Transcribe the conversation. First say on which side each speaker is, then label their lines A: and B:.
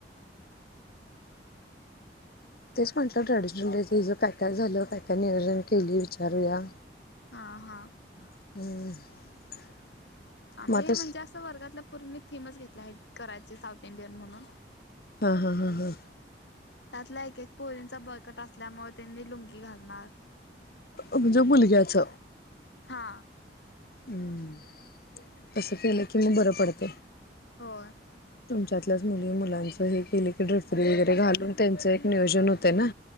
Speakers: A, on the left; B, on the left.
A: तेच म्हटलं ट्रॅडिशनल ड्रेसेस काय काय झालं काय काय नियोजन केली विचारूया
B: हा हा‌.
A: <unintelligible>
B: आम्ही
A: मग आता
B: म्हणजे असं वर्गातल्या पोरीनी थीमच घेतल्या आहे करायचे साऊथ इंडियन म्हणून
A: हा हा हा हा.
B: त्यातल्या एकक पोहरींचा बळकट असल्यामुळे त्यांनी लुंगी घालणार
A: म्हणजे मुलग्याच
B: हा
A: हम्म कस केलं की मगं बरं पडते
B: हो.
A: <inaudible> <unintelligible> वगैरे घालून त्यांच एक नियोजन होतय ना